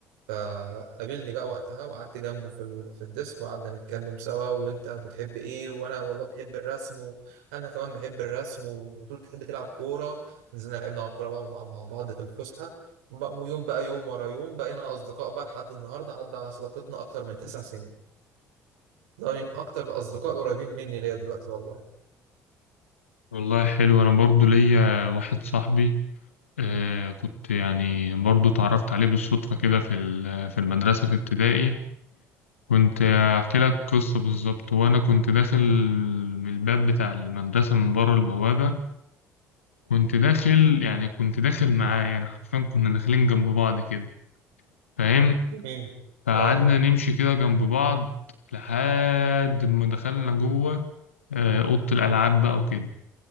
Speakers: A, on the right; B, on the left.
A: فقابلني بقى وقتها وقعدت جنبه في ال... في الديسك وقعدنا نتكلم سوا وانت بتحب ايه وانا والله بحب الرسم وانا كمان بحب الرسم وقلت له بتحب تلعب كوره نزلنا لعبنا مع كوره بقى مع مع بعض في الفسحه وبقى- ويوم بقى يوم ورا يوم بقينا اصدقاء بقى لحد النهارده عدى على صداقتنا اكتر من تسع سنين ده من اكتر الاصدقاء القريبين مني ليا دلوقتي والله
B: والله حلو أنا برضو ليا واحد صاحبي آه كنت يعني برضو اتعرفت عليه بالصدفة كده في ال- في المدرسة في ابتدائي كنت أحكي لك قصة بالظبط وأنا كنت داخل من الباب بتاع المدرسة من بره البوابة كنت داخل يعني كنت داخل معاه يعني حرفيا كنا داخلين جنب بعض كده فاهم
A: جميل
B: فقعدنا
A: اه
B: نمشي كده جنب بعض لحد ما دخلنا جوه آه، أوضة الألعاب بقى وكده